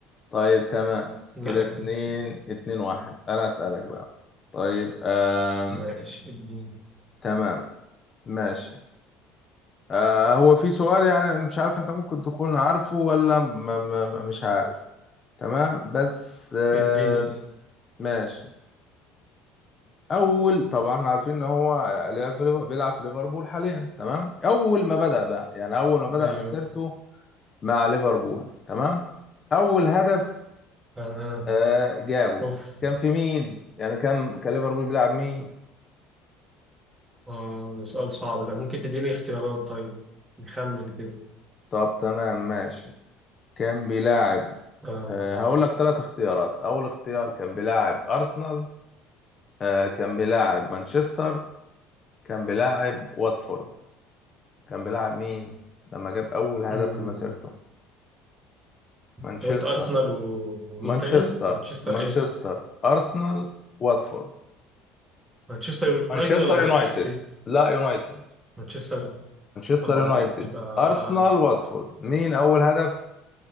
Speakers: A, on the left (about 30°); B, on the right (about 15°).
A: طيب تمام
B: لا
A: كده اتنين
B: جد
A: اتنين واحد انا اسألك بقى طيب آه
B: ماشي اديني
A: تمام ماشي آه هو في سؤال يعني مش عارف انت ممكن تكون عارفه ولا م م مش عارف تمام بس آه
B: اديني بس
A: ماشي اول طبعا احنا عارفين ان هو لعب في ليفر- بيلعب في ليفربول حاليا تمام اول ما بدأ بقى يعني اول ما بدأ
B: أيوه
A: مسيرته مع ليفربول تمام اول هدف
B: تمام
A: آه جابه
B: أوف
A: كان في مين يعني كان كان ليفربول بيلعب مين
B: آه ده سؤال صعب ده ممكن تديني اختيارات طيب نخمن كده
A: طب تمام ماشي كان بيلاعب
B: آه.
A: آه هقول لك ثلاث اختيارات اول اختيار كان بيلاعب ارسنال آه كان بيلاعب مانشستر كان بيلاعب واتفورد كان بيلاعب مين لما جاب أول هدف
B: أمم.
A: في مسيرته مانشستر
B: أنت قلت أرسنال و- ومين
A: مانشستر
B: تاني؟ مانشستر
A: مانشستر
B: إيه؟
A: أرسنال واتفورد
B: مانشستر يونايتد
A: مانشستر
B: ولا مانشستر
A: يونايتد
B: سيتي؟
A: لا يونايتد
B: مانشستر
A: مانشستر
B: اه
A: يونايتد
B: يبقى آه،
A: أرسنال واتفورد مين أول هدف